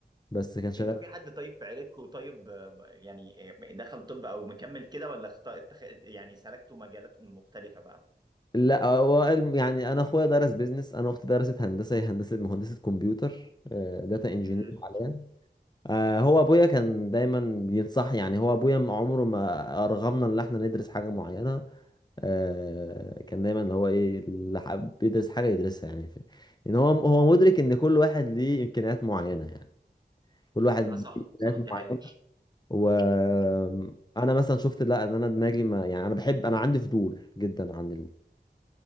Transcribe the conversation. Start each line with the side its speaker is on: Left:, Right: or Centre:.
Left: بس كان شغال
Right: انتوا في حد طيب في عيلتكم طيب آه، يعني آه، دخل طب او مكمل كده ولا اخت... اتخ... يعني سلكتوا مجالات مختلفة بقى
Left: لا هو الم- يعني انا اخويا درس بيزنس انا اختي درست هندسه هي هندسه مهندسه كمبيوتر داتا انجينير
Right: امم
Left: حاليا آه، هو ابويا كان دايما بينصح يعني هو ابويا م- عمره ما ارغمنا ان احنا ندرس حاجه معينه آه، كان دايما اللي هو ايه اللي حابب يدرس حاجه يدرسها يعني في ان هو هو مدرك ان كل واحد ليه امكانيات معينه يعني كل واحد
Right: اه صح
Left: ليه امكانيات
Right: صح دي
Left: معينه
Right: حقيقة
Left: وانا مثلا شفت لا ان انا دماغي ما يعني انا بحب انا عندي فضول جدا عن